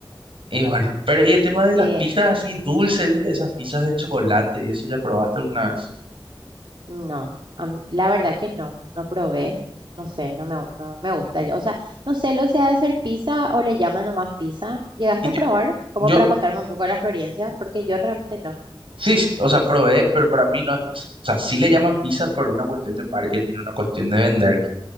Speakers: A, on the right; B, on the right.
A: Y bueno, pero y el tema
B: <laughs> sí,
A: de las pizzas así dulces, ¿viste? Esas pizzas de chocolate, eso ya probaste alguna vez.
B: no. a mí- la verdad que no, no probé. No sé, no me, gu- no me gusta. O sea, no sé lo sea de ser pizza o le llaman nomás pizza. ¿Llegaste
A: Y
B: a
A: yo,
B: probar? Como
A: yo
B: para contarme un poco de la experiencia, porque yo realmente no.
A: Sí, sí, o sea, probé, pero para mí no es pizza. O sea, sí le llaman pizza pero una cuestión de marketing, una cuestión de vender.